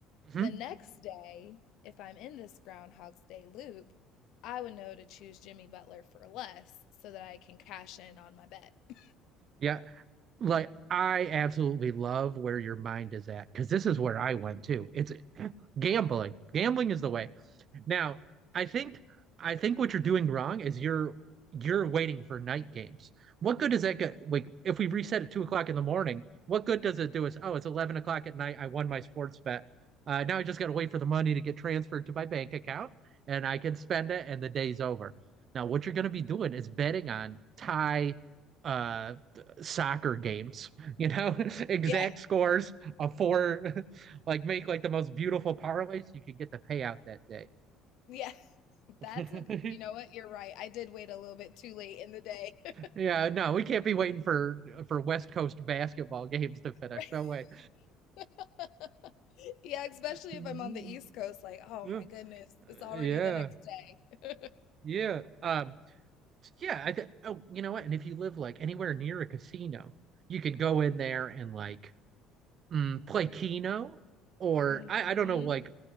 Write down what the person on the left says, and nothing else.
The next day, if I'm in this Groundhog's Day loop, I would know to choose Jimmy Butler for less so that I can cash in on my bet. <laughs>
Yeah,
yeah.
That's a, you know what? You're right. I did wait a little bit too late in the day. <laughs>
Right.
<laughs> Yeah, especially
if I'm on the East Coast, like, oh
my goodness, it's already
the next day.
<laughs> hmm